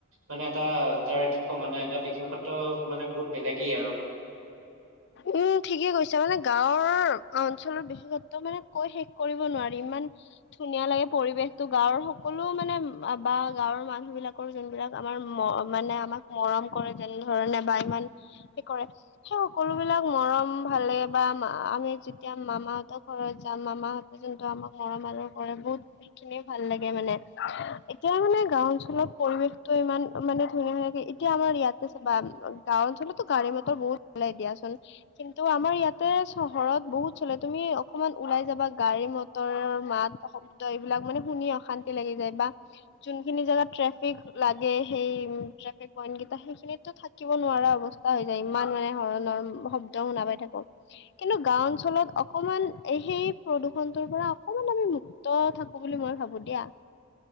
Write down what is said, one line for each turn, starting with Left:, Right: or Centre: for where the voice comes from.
Right: মানে এটা তাৰ কি কম মানে এটা বিশেষত্ব মানে বহুত বেলেগেই আৰু।
Left: উম ঠিকে কৈছা মানে গাঁৱৰ অঞ্চলৰ বিশেষত্ব মানে কৈ শেষ কৰিব নোৱাৰি ইমান। ধুনীয়া লাগে পৰিৱেশটো গাঁৱৰ সকলো মানে বা গাঁৱৰ মানুহ বিলাক। যোনবিলাক আমাৰ ম মানে আমাক মৰম কৰে যেনে ধৰণে বা ইমান। সেই কৰে সেই সকলো সেই বিলাক মৰম ভালে বা আমি যেতিয়া মামাহঁতৰ ঘৰত যাম মামাহঁত যোনটো আমাক মৰম আদৰ কৰে বহুত সেইখিনিয়ে ভাল লাগে মানে এতিয়াও মানে গাওঁ অঞ্চলত পৰিৱেশটো ইমান মানে ধুনীয়া হৈ থাকে। এতিয়া আমাৰ ইয়াতে চাবা গাওঁ অঞ্চলতো গাড়ী মটৰ বহুত হলেই দিয়াচোন কিন্তু আমাৰ ইয়াত। তাতে চহৰত বহুত চলে তুমি অকমান ওলাই যাবা গাড়ী মটৰৰ মাত। শব্দ এইবিলাক মানে শুনি অশান্তি লাগি যায় বা যোনখিনি জেগাত ট্ৰেফিক লাগে সেই ট্ৰেফিক পইন্ট কেইটা সেইখিনিতো থাক কিব নোৱাৰা অৱস্থা হৈ যায় ইমান মানে হৰ্ণৰ শব্দ শুনা পাই থাকো। কিন্তু গাওঁ অঞ্চলত অকমান সেই প্ৰদূষণটোৰ পৰা অকমান আমি মুক্ত। থাকো বুলি মই ভাবো দিয়া।